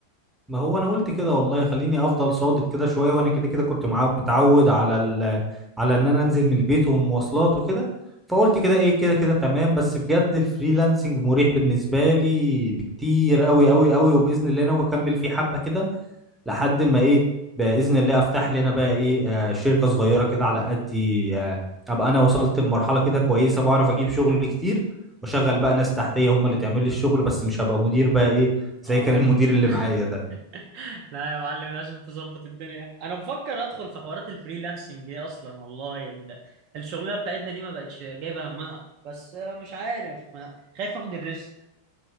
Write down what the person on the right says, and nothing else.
اه
<laughs>
لا يا معلم لازم تظبط الدنيا انا بفكر ادخل في حوارات الفريلانسنج دي اصلا والله ال... الشغلانة بتاعتنا دي ما بقتش جايبة همها بس آه، مش عارف ما... خايف اخد الريسك